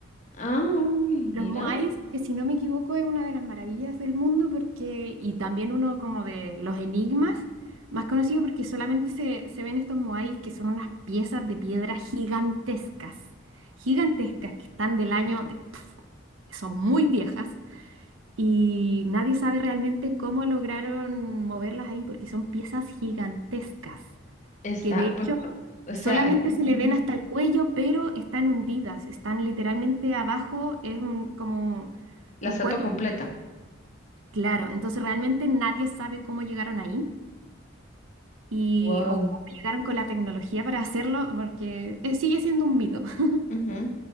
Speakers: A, on the left; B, on the right.
A: Ah, uy, mira.
B: Los Moais, que si no me equivoco es una de las maravillas del mundo porque, y también uno como de los enigmas más conocidos porque solamente se, se ven estos Moais que son unas piezas de piedra gigantescas, gigantescas que están del año de, pf, son muy viejas y nadie sabe realmente cómo lograron moverlas ahí porque son piezas gigantescas
A: Está,
B: que de hecho
A: bueno, o
B: solamente
A: sea, eh,
B: se le
A: ujú,
B: ven hasta el cuello, pero están hundidas, están literalmente abajo, es un, como
A: la
B: un
A: estatua
B: cuerpo
A: completa.
B: claro. Entonces realmente nadie sabe cómo llegaron ahí y,
A: Wow.
B: o cómo llegaron con la tecnología para hacerlo, porque eh, sigue siendo un mito, <laughs>
A: Ujú.